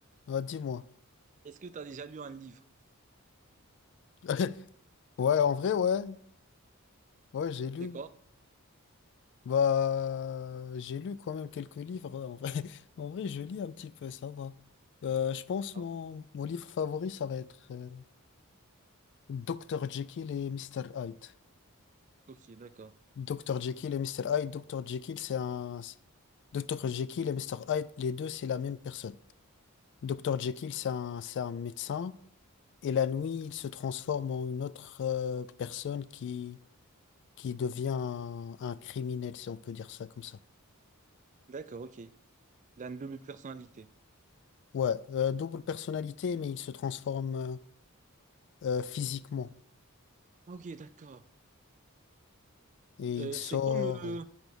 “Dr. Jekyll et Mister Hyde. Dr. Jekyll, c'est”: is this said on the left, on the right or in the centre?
Left